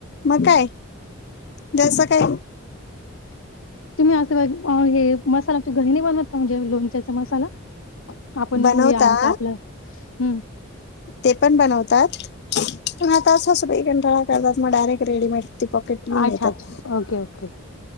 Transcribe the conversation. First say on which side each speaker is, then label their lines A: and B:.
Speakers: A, on the left (about 55°); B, on the left (about 75°).
A: म काय जस काय
B: तुम्ही असं हे मसाला त घरीने बनवत का म्हणजे लोणच्याचा मसाला आपण
A: बनवता
B: मो हे आणत आपलं हम्म
A: ते पण बनवतात पण आता अस करतात मग डायरेक्ट रेडीमेड ते पॉकेट लिहुन
B: अच्छा,
A: देतात
B: अच्छा. Okay, okay.